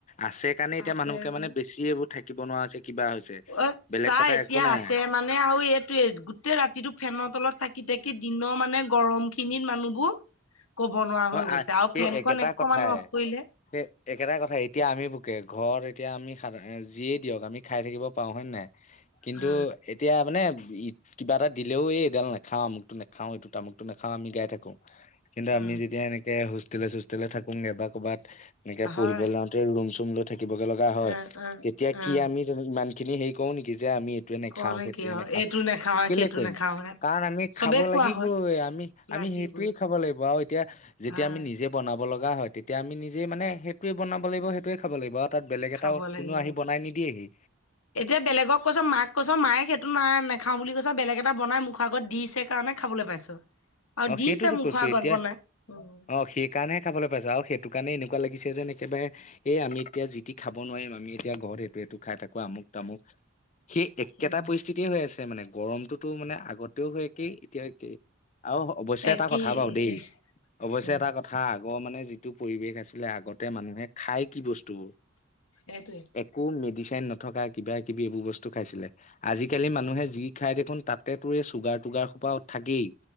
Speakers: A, on the left (about 35°); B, on the left (about 85°).
A: আছে কাৰণে এতিয়া
B: আছে
A: মানুহবকে মানে
B: যে
A: বেছি এইবোৰ থাকিব নোৱাৰা হৈছে। কিবা হৈছে
B: অ
A: বেলেগ
B: চাহ
A: কথা
B: এতিয়া
A: একো নাই
B: আছে মানে আৰু এইটো গোটেই ৰাতিটো ফেনৰ তলত থাকে। থাকি থাকি দিনৰ মানে গৰম খিনিত মানুহবোৰ ক'ব নোৱাৰা হৈ
A: অ
B: গৈছে আৰু
A: সেই
B: ফেনখন
A: একেটা
B: একমানো
A: কথাই
B: অফ কৰিলে
A: সেই একেটা কথাই এতিয়া আমি বকে ঘৰত এতিয়া আমি সাধ যিয়েই দিয়ক আমি খাই থাকিব পাৰোঁ হয়নে নাই <unintelligible> কিন্তু
B: উ
A: এতিয়া মানে ই কিবা এটা দিলেও এইডাল নাখাও আমুকটো নাখাও এইটো আামুকটো নাখাও আমি গাই থাকো। কিন্তু
B: উ
A: আমি যেতিয়া এনেকে হোষ্টেলে চোষ্টেলে থাকো নবা ক'ৰবাত <unintelligible> এনেকে পঢ়িবলৈ
B: হয়
A: যাওঁতে ৰুম চুম লৈ থাকিবগে লগা হয়
B: উ উ
A: তেতিয়া
B: উ
A: কি আমি ইমান। খিনি হেৰি কৰো নেকি যে আমি- সেইটোৱে নেখাওঁ
B: কওঁ নে
A: সেইটোৱে
B: কি হয়
A: নেখাওঁ
B: এইটো নাখাওে
A: কেলে
B: সেইটো
A: কৰিম
B: নাখাওে
A: কাৰণ আমি
B: চবেই
A: খাব
B: খোৱা
A: লাগিবই
B: হয়
A: আমি
B: লাগিবই
A: আমি <unintelligible> সেইটোয়ে খাব লাগিব আৰু এতিয়া- যেতিয়া
B: হয়
A: আমি নিজে বনাব লগা হয়। তেতিয়া আমি নিজে মানে সেইটোয়ে বনাব লাগিব সেইটোয়ে খাব লাগিব তাত বেলেগ
B: খাব
A: এটা
B: লাগিব
A: কোনো আহি বনাই নিদিয়েহি-
B: এতিয়া বেলেগক কৈছ মাক কৈছ মায়ে সেইটো নাই ন খাওঁ বুলি কৈছ বেলেগ এটা বনাই মুখৰ আগত দিছে কাৰণে খাবলৈ পাইছো। আৰু
A: অ
B: দিছে
A: সেইটোতো
B: মুখৰ
A: কৈছো
B: আগত
A: এতিয়া
B: বনাই উম
A: অ সেইকাৰণেহে খাবলৈ পাইছো আৰু সেই সেইটো কাৰণে এনেকুৱা লাগি যেন একেবাৰে এই আমি এতিয়া যিতি খাব নোৱাৰিম আমি এতিয়া ঘৰত সেইটো সটো খাই থ আ আমুক ম সেই একেটা
B: উম
A: পৰিস্থিতিয়ে হৈ আছে, মানে গৰমটোতো মানে আগতেও হয়। একেই এতিয়াই আৰু অৱশ্যে
B: একেই
A: এটা কথা বাৰু
B: একেই
A: দেই অৱশ্যে
B: উম
A: এটা কথা আগৰ মানে যিটো পৰিবেশ আছিলে আগতে মানুহে খাই কি বস্তু
B: সেইটোৱে
A: একো মে- নথকা কিবা কিবি এইবোৰ বস্তু খাইছিলে আজিকালি মানুহে যি খাই দেখোন তাতে তোৰে চুগাৰ টুগাৰ সোপা থাকেই